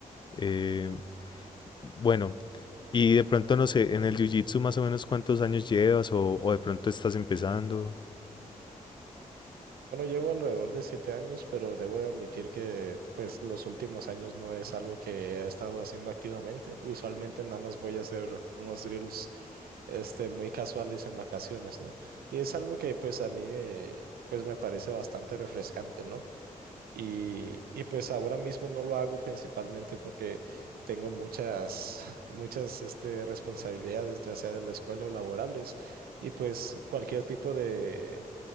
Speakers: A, on the left; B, on the right.
A: Eh, bueno, y de pronto no sé, en el Jiu-Jitsu más o menos cuántos años llevas o, o de pronto estás empezando.
B: Bueno, llevo alrededor de siete años, pero debo de admitir que pues los últimos años no es algo que he estado haciendo activamente. Usualmente nada más voy a hacer unos drills este, muy casuales en vacaciones, ¿no? Y es algo que pues a mí me, pues me parece bastante refrescante, ¿no? Y, y pues ahora mismo no lo hago principalmente porque tengo muchas, muchas este, responsabilidades, ya sea de la escuela o laborales, y pues cualquier tipo de,